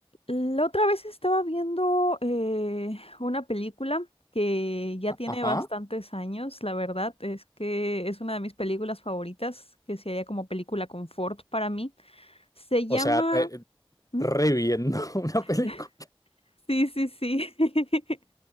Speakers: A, on the left; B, on the left.
A: La otra vez estaba viendo eh, una película que ya tiene
B: Ajá.
A: bastantes años, la verdad es que es una de mis películas favoritas, que se halla como película confort para mí. Se llama...
B: O sea, eh,
A: ¿Mm?
B: reviendo <laughs> una película.
A: <laughs> Sí, sí, sí. <laughs>